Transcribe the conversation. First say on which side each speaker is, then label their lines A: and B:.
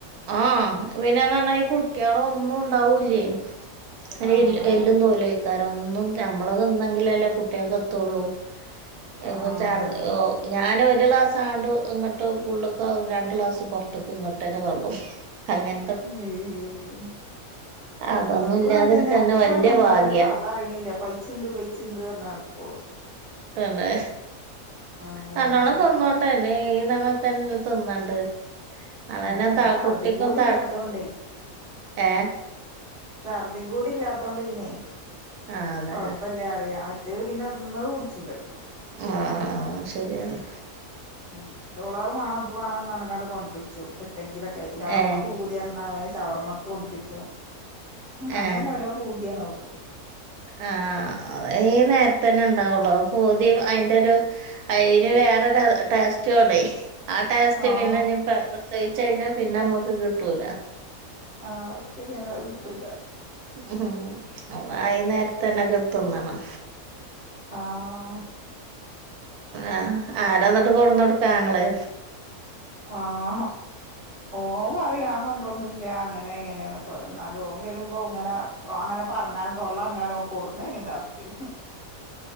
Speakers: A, on the right (about 85°); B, on the right (about 30°).
A: ആഹ് പിന്നെ റഞ്ഞാ ഈ കുട്ട്യെള് ഒന്നും ഉണ്ടാവൂലെ അയിന്
B: ആഹ്
A: എല്ലു എല്ലും തോലും അയ്ക്കാരം ഒന്നും ഞമ്മള് തിന്നങ്കിലല്ലേ കുട്ട്യേക്ക്‌ എത്തുള്ളൂ എപ്പ
B: ആഹ്
A: ചർ
B: അതന്നെ
A: ഒ ഞാൻ ഒര് ഗ്ലാസ് സാണ്ട് ഇങ്ങട്ട് ഉള്ള്ക്കവും രണ്ട് ഗ്ലാസ് പോറത്തക്ക് ഇങ്ങട്ടന്നെ തള്ളും അങ്ങൻ
B: മം മം
A: അതൊന്നും
B: ഇബക്കും
A: ഇല്ലാതിരിക്കന്നെ
B: അങ്ങനെതന്നെ അത്ര
A: വല്യ
B: തിന്നാലും
A: ഭാഗ്യാ
B: പള്ളറയ്ണില്ല. പയ്ച്ച്ണ്ട് പയ്ച്ച്ണ്ട്ന്ന് പറഞ്ഞ് നടക്കോള്
A: തന്നെ
B: ഓഹ്
A: നല്ലോണം തിന്നോട്ടെല്ലെ ഈ സമയത്തന്നെ തിന്നണ്ട് അതന്നെ
B: ആഹ് അയിന്
A: ത
B: ഛർദിം
A: കുട്ടിക്കും
B: കൂടി
A: ത
B: ഇല്ലാത്തോണ്ടേ
A: ഏ
B: ഛർദികുടി ഇല്ലാത്തോണ്ട് പിന്നെ
A: ആഹ് അതന്നെ
B: കൊഴപ്പല്ല പറയാ മറ്റ റ്റത് പിന്നെ ന്നത് പുടിച്ചുലല്ലോ
A: ആഹ് ആഹ് ശെരിയാണ്.
B: ഉം ഡോളവ് മാണം ഇത് വാണം എന്ന് പറഞ്ഞിങ്ങാണ്ട് കൊണ്ട്രീച്ചും എത്തെങ്കിലൊക്കെയിട്ട് ഷവർമ്മക്ക്
A: ഏ
B: പൂ ദികൊർഞ്ഞാവെ ഷവർമ്മക്ക് കൊണ്ട്രീച്ചു
A: ഏ
B: അങ്ങനെ ഓരോ പൂതിയാണ് ഓക്ക്.
A: ആഹ് ഈ നേരത്തന്നെ ണ്ടാവൊള്ളൂ പൂതി അയിന്റെഒര് അയ്ന് വേറൊരു ടേസ്റ്റുആണേ ആ ടേസ്റ്റ്
B: ആഹ്
A: പിന്നെനിപ പ്രസവിച്ച് കഴിഞ്ഞാ പിന്നെ അമ്മക്ക് കിട്ടൂല
B: ആഹ് അത് ശെരിയാണ് അത്കിട്ടൂല
A: ഉം വൈനേരത്തന്നെ ത് ന്നണം
B: ആഹ്
A: ആ ആരാന്നിട്ട് കൊട്ന്ന് കൊടുക്ക ആങ്ങളെ
B: ആഹ് ഓൻ പറയും ഞാൻ കൊണ്ട്ര്ന്നുംല്ല അങ്ങനെ ഇങ്ങനെ ന്നൊക്കെ പറയും എന്നാല് ഓൻ വര്മ്പ ഇങ്ങനെ ഓ അങ്ങനെ പറഞ്ഞാലും തൊള്ളറഞ്ഞാലും കൊട്ന്നരും ലാസ്റ്റ്